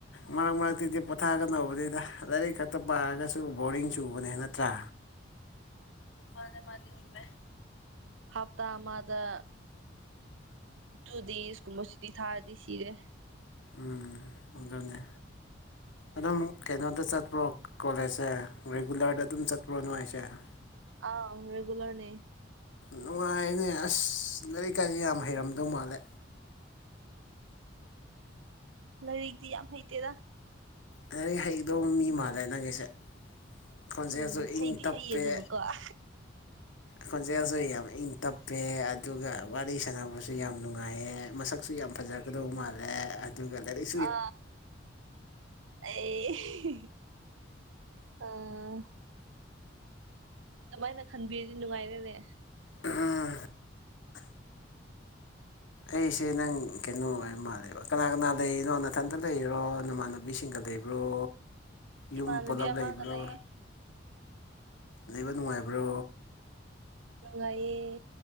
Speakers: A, on the left (about 80°); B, on the right (about 80°).
A: ꯃꯔꯛ ꯃꯔꯛꯇꯨꯗꯤ ꯄꯣꯊꯥꯒ ꯅꯧꯕꯅꯤꯩꯗ ꯂꯥꯏꯔꯤꯛ ꯈꯛꯇ ꯄꯥꯔꯒꯁꯨ ꯕꯣꯔꯤꯡ ꯆꯨꯕꯅꯦ ꯅꯠꯇ꯭ꯔꯥ ꯃꯥꯅꯦ ꯃꯥꯅꯤꯃꯦ
B: ꯍꯥꯞꯇꯥ ꯑꯃꯗ ꯇꯨ ꯗꯦꯁꯀꯨꯝꯕ ꯁꯇꯤ ꯊꯥꯔꯗꯤ ꯁꯤꯔꯦ
A: ꯎꯝ ꯑꯗꯨꯅꯦ ꯑꯗꯨꯝ ꯀꯩꯅꯣꯗ ꯆꯠꯄ꯭ꯔꯣ ꯀꯣꯂꯦꯖꯁꯦ ꯔꯤꯒꯨꯂꯔꯗ ꯑꯗꯨꯝ ꯆꯠꯄ꯭ꯔꯣ ꯅꯣꯏꯁꯦ <inaudible>
B: ꯑ ꯔꯦꯒꯂꯔꯅꯦ
A: ꯅꯨꯡꯉꯥꯏꯅꯦ ꯑꯁ ꯂꯥꯏꯔꯤꯛꯀꯥꯏꯗꯤ ꯌꯥꯝ ꯍꯩꯔꯝꯗꯧ ꯃꯥꯜꯂꯦ
B: ꯂꯥꯏꯔꯤꯛꯇꯤ ꯌꯥꯝ ꯍꯩꯇꯦꯗ
A: ꯂꯥꯏꯔꯤꯛ ꯍꯩꯗꯧꯕ ꯃꯤ ꯃꯥꯜꯂꯦ ꯅꯪꯒꯤꯁꯦ ꯈꯣꯟꯖꯦꯜꯁꯨ
B: ꯎꯝ
A: ꯏꯪ
B: ꯍꯩꯗꯤ
A: ꯇꯞꯄꯦ
B: ꯍꯩꯌꯦ ꯑꯗꯨꯕꯨꯀꯣ ꯑꯥ
A: ꯈꯣꯟꯖꯦꯜꯁꯨ ꯌꯥꯝ ꯏꯪ ꯇꯞꯄꯦ ꯑꯗꯨꯒ ꯋꯥꯔꯤ ꯁꯥꯟꯅꯕꯁꯨ ꯌꯥꯝ ꯅꯨꯡꯉꯥꯏꯌꯦ ꯃꯁꯛ ꯁꯨ ꯌꯥꯝ ꯐꯖꯒꯗꯧ ꯃꯥꯜꯂꯦ ꯑꯗꯨꯒ ꯂꯥꯏ
B: ꯑ ꯑꯦ ꯑ ꯎꯝ ꯀꯃꯥꯏꯅ ꯈꯟꯕꯤꯔꯗꯤ ꯅꯨꯡꯉꯥꯏꯔꯦꯅꯦ
A: ꯑꯥ ꯑꯩꯁꯦ ꯅꯪ ꯀꯩꯅꯣ ꯑꯣꯏ ꯃꯥꯜꯂꯦꯕ ꯀꯅꯥ ꯀꯅꯥ ꯂꯩꯔꯤꯅꯣ ꯅꯥꯊꯟꯇ ꯂꯩꯔꯣ ꯅꯃꯥꯟꯅꯕ ꯄꯥꯕꯤꯁꯤꯡꯒ ꯂꯩꯕ꯭ꯔꯣ ꯌꯨꯝ
B: ꯏꯃꯥꯟꯅꯕꯤ
A: ꯄꯨꯂꯞ
B: ꯑꯃꯒ
A: ꯂꯩꯕ꯭ꯔꯣ
B: ꯂꯩꯌꯦ
A: ꯂꯩꯕ ꯅꯨꯡꯉꯥꯏꯕ꯭ꯔꯣ
B: ꯅꯨꯡꯉꯥꯏꯌꯦ